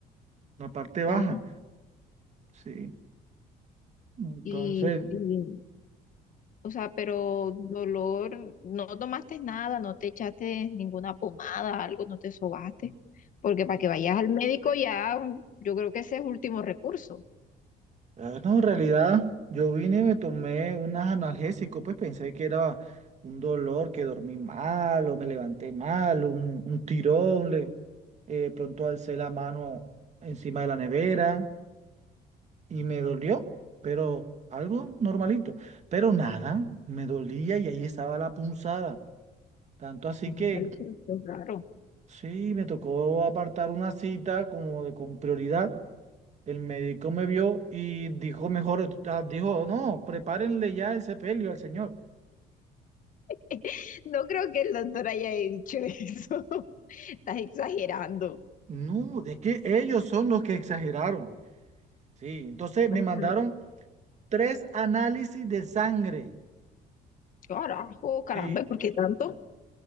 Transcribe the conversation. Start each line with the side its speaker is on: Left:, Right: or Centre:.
Right: la parte baja.
Left: Ah,
Right: Sí, entonces
Left: y, y, o sea, pero dolor, no tomaste nada, no te echaste ninguna pomada, algo, no te sobaste, porque para que vayas al médico ya, yo creo que ese es último recurso.
Right: Ah, No, en realidad yo vine y me tomé unas analgésicos, pues pensé que era un dolor, que dormí mal o me levanté mal, un, un tirón, le, eh, pronto alcé la mano encima de la nevera y me dolió, pero algo normalito, pero nada, me dolía y ahí estaba la punzada, tanto así
Left: Mm,
Right: que
Left: Vale, pero qué raro.
Right: sí, me tocó apartar una cita como de, con prioridad El médico me vio y dijo mejor, ah, dijo, no, prepárenle ya el sepelio al señor.
Left: <laughs> No creo que el doctor haya dicho eso. <laughs> Estás exagerando.
Right: No, es que ellos son los que exageraron. Sí, entonces
Left: Ajá.
Right: me mandaron tres análisis de sangre.
Left: Carajo, caramba,
Right: Sí,
Left: ¿por qué tanto?